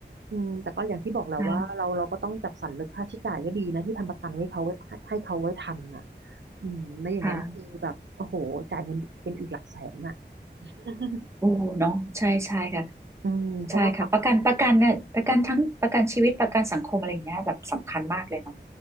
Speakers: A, on the right; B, on the right.
A: อืมแต่ก็อย่างที่บอกแหล้วว่าเราเราก็ต้องจัดสรรเรื่องค่าใช้จ่ายก็ดีนะที่ทำประกันไว้เขาไว้ให้ให้เขาไว้ทันอ่ะ
B: ค่ะ
A: อืมไม่อย่างนั้นคือแบบโอ้โหจ่ายเงินเป็นอีกหลักแสนอ่ะ
B: ค่ะ
A: <laughs>
B: โอ้เนาะใช่ใช่ค่ะ
A: อืมเพราะว่าพัก
B: ใช่ค่ะประกันประกันเนี่ยประกันทั้งประกันชีวิตประกันสังคมอะไรอย่างเงี้ยแบบสำคัญมากเลยเนาะ